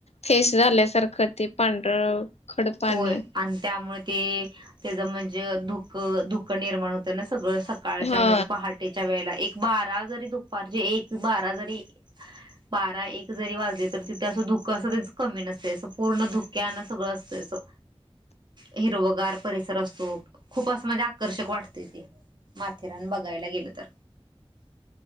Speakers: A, on the left; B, on the right.
A: फेस झालं सारखं त पांढरं खड पाणी
B: होय आणि त्यामुळे ते त्याचं म्हणजे धुक धुक निर्माण होतं ना. सगळं सकाळच्या
A: हा
B: म्हणजे पहाटेच्या वेळेला एक बारा जरी दुपारचे एक बारा जरी बारा एक जरी वाजले तरी तिथे असं धु क अस कमी नसते अस पूर्ण धुक्याण सगळं असतं. हिरोवगार परिसर असतो खूप अस म्हणजे आकर्षक वाटते ते. माथेरान बघायला गेलं तर.